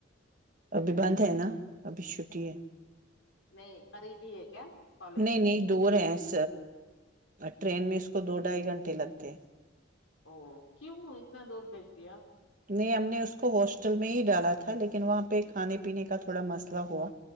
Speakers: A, on the right; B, on the left.
A: ابھی بند ہے نا ابھی چھٹی ہے
B: نہیں قریب ہی ہے کیا کالج
A: نہیں نہیں دو رہےس ٹرین میں اس کو دو ڈھائی گھنٹے لگتے ہیں
B: او کیوں اتنا دور بھیج دیا
A: نے ہم نے اس کو ہاسٹل میں ہی ڈالا تھا لیکن وہاں پہ کھانے پینے کا تھوڑا مسئلہ ہوا